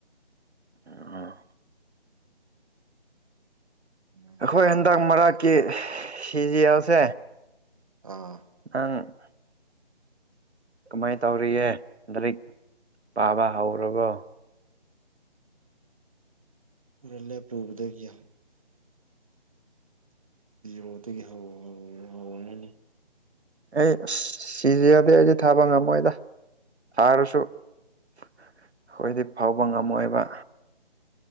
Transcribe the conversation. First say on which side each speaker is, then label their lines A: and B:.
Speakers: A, on the right; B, on the right.
A: ꯎꯝ
B: ꯑꯗꯨꯃꯥꯏꯅ
A: ꯑꯩꯈꯣꯏ
B: ꯇꯧꯔꯒ
A: ꯍꯟꯗꯛ
B: ꯂꯩ
A: ꯃꯔꯛꯀꯤ ꯁꯤꯖꯤꯦꯜꯁꯦ
B: ꯑ
A: ꯎꯝ ꯀꯃꯥꯏꯅ ꯇꯧꯔꯤꯑ ꯂꯟ ꯂꯔꯤꯛ ꯄꯥꯕ ꯍꯧꯔꯕꯣ <inaudible>
B: ꯔꯂ ꯄ꯭ꯔꯣꯕꯗꯒꯌꯥ ꯔꯇꯒꯤ ꯍꯥꯎ ꯍ ꯍꯥꯎꯅꯅꯤ
A: ꯑꯩ ꯑꯁ ꯁꯤꯁ ꯌꯥꯗꯤꯦ ꯑꯩꯗꯤꯦ ꯊꯥꯕ ꯉꯝꯃꯣꯏꯗ ꯊꯥꯔꯁꯨ ꯑꯩꯈꯣꯏꯗꯤ ꯐꯥꯎꯕ ꯉꯝꯃꯣꯏꯕ